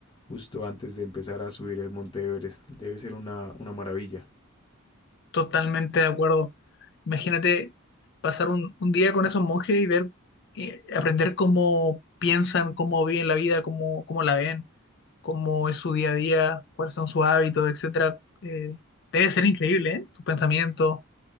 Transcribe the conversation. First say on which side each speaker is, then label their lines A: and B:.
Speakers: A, on the left; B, on the left.
A: justo antes de empezar a subir el Monte Everest. Debe ser una, una maravilla.
B: Totalmente de acuerdo. Imagínate pasar un, un día con esos monjes y ver, eh, aprender cómo piensan, cómo viven la vida, cómo, cómo la ven, cómo es su día a día, cuáles son sus hábitos, etcétera. Eh, Debe ser increíble, ¿eh? Sus pensamientos,